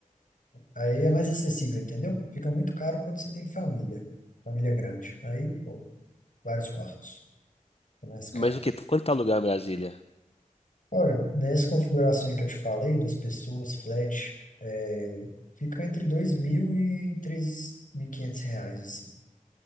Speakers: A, on the left; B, on the left.
A: Aí é mais acessível, entendeu? Fica muito caro quando você tem família, família grande. Aí, pô, vários quartos, é mais caro.
B: Mas o que? Quanto tá alugar em Brasília?
A: Olha, nessa configuração que eu te falei, das pessoas, flat, é, fica entre dois mil e 3.500 reais, assim,